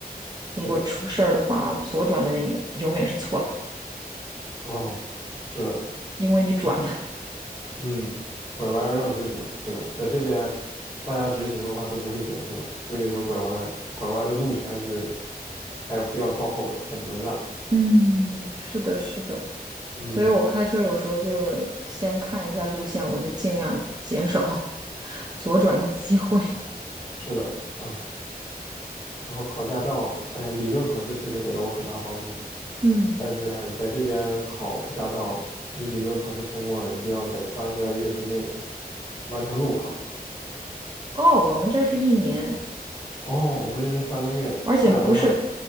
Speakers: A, on the right (about 25°); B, on the left (about 35°).
A: 如果出事儿的话，
B: 是的，
A: 左转的人永永远是错的，
B: 哦，是的，
A: 因为你转了。
B: 嗯，拐弯儿让直行，是的，在这边大家直行的话都不会减速的，所以说拐弯儿拐弯儿的路权是还有比较靠后的，他只能让。
A: 嗯，是的，是的，
B: 嗯，
A: 所以我开车有时候就是先看一下路线，我就尽量减少 <laughs> 左转的机会。
B: 是的，啊，然后考驾照，哎呀，理论考试确实给了我很大帮助，
A: 嗯，
B: 但是在这边考驾照，你理论考试通过了，你就要在三个月之内完成路考。
A: 哦，我们这是一年，
B: 哦，我们这是三个月，
A: 而且不是，
B: 不然的话，